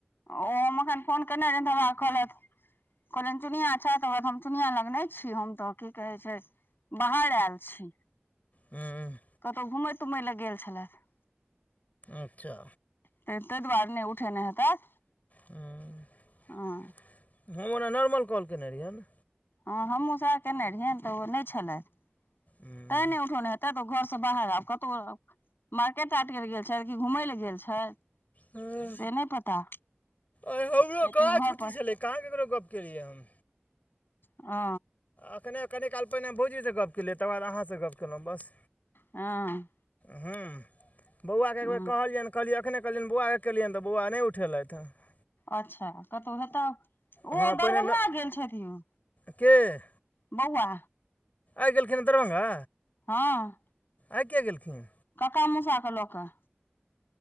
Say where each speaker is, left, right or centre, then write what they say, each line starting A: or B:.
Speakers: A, on the left; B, on the left.
A: ओ हम अखैन फोन केने रहनि तऽ हमा कहलत कहलनि चुनिया छैत? <unintelligible> हम चुनिया लग नै छी हम तऽ की कहैय छैय बाहार एल छी।
B: हम्म।
A: कतौ घूमै तूमय लए गेल छलैथि।
B: अच्छा
A: तै तै दुआरे नै उठेने हेतैथ।
B: हम्म
A: हँ
B: हम ओना नॉर्मल कॉल केने रहियनि।
A: अँ हमूँ सेह केने रहियैनि तऽ ओ नैय छलैथि।
B: हूँ
A: तैं नै उठौने हेतैत ओ घर से बाहर आब कतौ अ मार्केट तारकेट गेल छैथ कि घूमय ले गेल छैथ
B: हँ
A: से नैय पता।
B: आइ हमरो
A: छेथिन
B: कहाँ
A: घर
B: छुट्टी
A: पर।
B: छलै कहाँ ककरो गप्प केलियै हम?
A: ओ।
B: एखने कनि काल पहिने भौजीसँ गप केलियै तकर बाद अहाँसँ गपऽ कयलहुँ बस।
A: हँ।
B: ह्म्म बौआकेँ
A: हँ
B: एक बेर कहलियैन कहलियै एखने कहलिअनि बौआ के केलियैन तऽ बौआ नहि उठेलथि हैं।
A: अच्छा कतहु हेताह ओ
B: हँ
A: दरभंगा
B: पहिने न
A: गेल छथि यौ।
B: के?
A: बौआ।
B: आइ गेलखिन दरभंगा?
A: हँ।
B: आइ किये गेलखिन?
A: कक्का मूसा के लऽ कऽ।